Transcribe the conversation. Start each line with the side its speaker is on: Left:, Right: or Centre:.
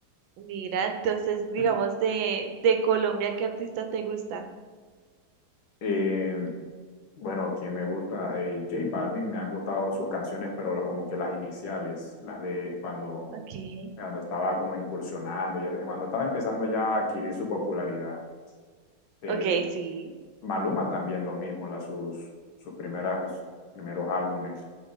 Right: Mira, entonces, digamos,
Left: <laughs>
Right: de, de Colombia, ¿qué artista te gusta?
Left: Eh, bueno, quien me gusta, eh, J Balvin, me han gustado sus canciones, pero lo- como que las iniciales, las de cuando,
Right: Okay,
Left: cuando estaba como incursionando, ya- cuando estaba empezando ya a adquirir su popularidad. Eh,
Right: okay, sí.
Left: Maluma también lo mismo, las sus, sus primeras, primeros álbumes.